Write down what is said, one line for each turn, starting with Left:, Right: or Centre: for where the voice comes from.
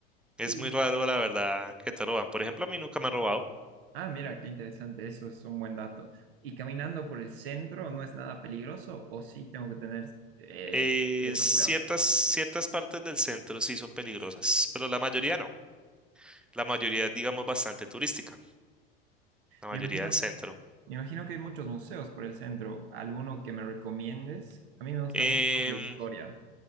Centre: Es
Right: Y,
Centre: muy raro, la verdad, que te roban. Por ejemplo, a mí nunca me han robado.
Right: ah, mira, qué interesante, eso es un buen dato. ¿Y caminando por el centro no es nada peligroso o sí tengo que tener eh,
Centre: Eh,
Right: cierto
Centre: ciertas,
Right: cuidado?
Centre: ciertas partes del centro sí son peligrosas, pero la mayoría no. La mayoría es, digamos, bastante turística, la mayoría
Right: Me imagino
Centre: del centro.
Right: Me imagino que hay muchos museos por el centro. ¿Alguno que me recomiendes? A mí me gusta
Centre: Em,
Right: mucho la historia.